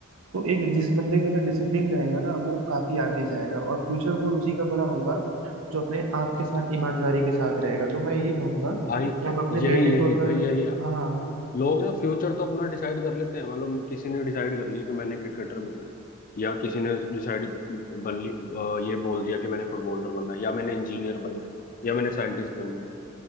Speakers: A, on the right (about 70°); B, on the left (about 40°).
A: तो एक जिस बंदे के अंदर डिसिप्लिन रहेगा ना वो काफी आगे जाएगा और फ्यूचर गोल उसी का बड़ा होगा जो अपने आपके साथ ईमानदारी के साथ रहेगा तो मैं यही कहूंगा
B: भाई
A: कि आप अपने
B: यही
A: बेटे
B: यही
A: को अगर
B: भाई यही
A: हाँ हाँ
B: लोग ना फ्यूचर तो अपना डिसाइड कर लेते हैं मतलब किसी ने डिसाइड कर लिया कि मैंने क्रिकेटर बनना है या किसी ने डिसाइड बन ली अ, ये बोल दिया कि मैंने फुटबॉलर बनना है या मैंने इंजीनियर बनना है या मैंने साइंटिस्ट बनना है